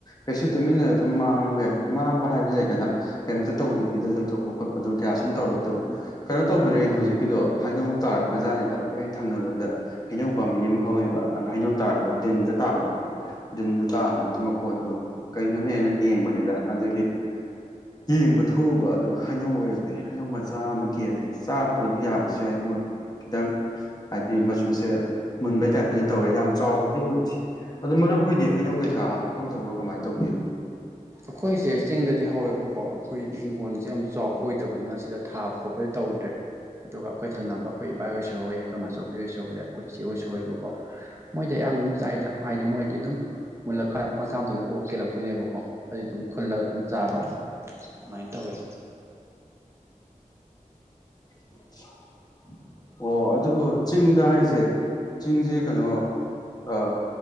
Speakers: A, on the left; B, on the right.
A: ꯀꯩꯁꯨ ꯇꯨꯃꯤꯟꯅ ꯑꯗꯨꯝ ꯃꯥꯡꯉꯒ ꯂꯩ ꯍꯥꯏꯗꯤ ꯃꯥꯡꯕ ꯍꯥꯏꯕꯗꯤ ꯂꯩꯗꯅ ꯀꯩꯏꯝ ꯇꯧꯗꯄꯤꯗ ꯂꯩꯊꯣꯛꯄ ꯈꯣꯠ ꯄꯗꯣ ꯀꯌꯥ ꯁꯨꯝ ꯇꯧꯔꯛꯇꯕ ꯀꯩꯅꯣ ꯇꯧꯕꯅꯦ ꯍꯧꯖꯤꯛꯀꯤꯗꯣ ꯍꯩꯅꯧ ꯇꯥꯔꯛꯄ ꯖꯥꯠꯅꯤꯗ ꯑꯈꯣꯏ ꯊꯪꯅꯕꯖꯤꯗ ꯍꯩꯅꯧ ꯄꯥꯝꯕꯤ ꯑꯃ ꯍꯧꯋꯦꯕ ꯑꯅ ꯍꯩꯅꯧ ꯇꯥꯔꯛꯄꯗ ꯗꯤꯟꯗ ꯇꯥꯕ ꯗꯤꯟꯗ ꯇꯥꯕꯗꯨꯒꯤ ꯃꯈꯣꯟ ꯗꯨ ꯀꯩꯅꯣꯅꯦ ꯍꯦꯅ ꯌꯦꯡꯕꯅꯤꯗ ꯑꯗꯨꯒꯤ ꯌꯦꯡꯕ ꯊꯣꯛꯎꯕ ꯑꯗꯨ ꯍꯩꯅꯧ ꯑꯣꯏꯔꯝꯃꯦ ꯍꯩꯅꯧ ꯃꯆꯥ ꯑꯃ ꯀꯦꯜꯂꯦ ꯆꯥꯕꯕꯨꯗꯤ ꯌꯥꯕꯁꯨ ꯌꯥꯏ ꯃꯨꯠ ꯈꯤꯗꯪ ꯍꯥꯏꯗꯤ ꯃꯆꯨꯁꯦ ꯃꯨꯟꯕꯩ ꯇꯥꯏꯞꯇꯗꯤ ꯇꯧꯔꯦ ꯌꯥꯝ ꯆꯥꯎꯕꯗꯤ ꯑꯣꯏꯗꯤ ꯑꯗꯣ ꯃꯔꯨꯞ ꯍꯣꯏꯗꯤ ꯍꯩꯅꯧ ꯀꯩꯀꯥ ꯍꯧꯗꯕ꯭ꯔꯣ ꯀꯃꯥꯏꯟ ꯇꯧꯒꯦ
B: ꯑꯈꯣꯏꯁꯦ ꯆꯤꯡꯗꯗꯤ ꯍꯧꯋꯦꯕꯀꯣ ꯑꯈꯣꯏꯗꯤ ꯏꯡꯒꯣꯟꯁꯦ ꯌꯥꯝ ꯆꯥꯎꯕ ꯑꯣꯏꯗꯕꯅꯤꯅ ꯁꯤꯗ ꯊꯥꯕ ꯈꯣꯠꯄꯗꯤ ꯇꯧꯏ ꯗꯦ ꯑꯗꯨꯒ ꯑꯈꯣꯏ ꯊꯪꯅꯕ ꯑꯈꯣꯏ ꯏꯕꯥꯏ ꯍꯣꯏꯁꯨ ꯍꯧꯋꯦ ꯑꯈꯣꯏ ꯃꯆꯧꯕꯤ ꯑꯣꯏꯁꯨ ꯍꯧꯋꯤ ꯑꯈꯣꯏ ꯆꯤꯆꯦ ꯑꯣꯏꯁꯨ ꯍꯧꯋꯦꯕꯀꯣ ꯃꯣꯏꯗ ꯑꯌ ꯌꯥꯝ ꯆꯥꯏꯗ ꯍꯥꯏꯗꯤ ꯃꯣꯏꯗꯤ ꯑꯗꯨꯝ ꯃꯨꯜꯂ ꯈꯔ ꯃꯊꯥ ꯃꯇꯟꯖ ꯄꯣꯛꯑ ꯀꯦꯜꯂꯛꯇꯣꯏꯅꯦꯕꯀꯣ ꯑꯩ ꯗꯨꯝ ꯈꯨꯜꯂꯒ ꯑꯗꯨꯝ ꯆꯥꯕ ꯑꯗꯨꯃꯥꯏꯟ ꯇꯧꯋꯦ
A: <unintelligible> <inaudible> ꯑꯣ ꯑꯗꯨ ꯆꯤꯡꯗ ꯍꯥꯏꯖꯦ ꯆꯤꯡꯖꯦ ꯀꯅꯣ ꯑꯥ